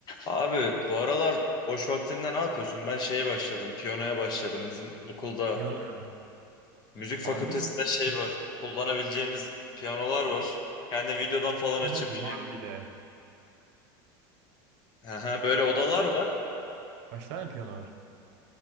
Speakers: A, on the left (about 35°); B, on the right (about 60°).
A: Abi bu aralar boş vaktinde ne yapıyorsun? Ben şeye başladım, piyanoya başladım. Bizim okulda
B: Piyanoya mı?
A: müzik
B: Harbi
A: fakültesinde
B: mi?
A: şey var. Kullanabileceğimiz piyanolar var. Kendi videodan falan
B: Piyanolar
A: açıp şey.
B: bir de.
A: Aha, böyle
B: Ya
A: odalar
B: kaç tane
A: var.
B: Kaç tane piyano var?